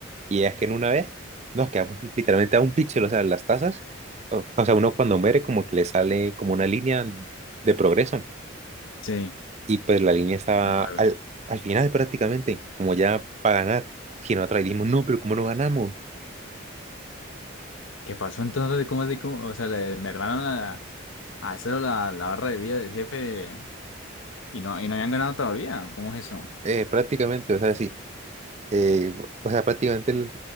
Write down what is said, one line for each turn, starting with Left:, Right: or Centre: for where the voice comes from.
Right: Y es que en una vez nos quedamos literalmente a un píxel, o sea, las tazas, o, o sea, uno cuando muere como que le sale como una línea de progreso
Left: sí,
Right: y pues la línea estaba
Left: me acuerdo.
Right: al, al final prácticamente, como ya para ganar, si nosotros dijimos, no, pero ¿cómo no ganamos?
Left: ¿Qué pasó entonces? ¿Cómo así? ¿Cómo? O sea, le, me hermanaron a, a cero la, la barra de vida del jefe y no, y no habían ganado todavía. ¿Cómo es eso?
Right: Eh, prácticamente, o sea, sí eh, o sea, prácticamente el-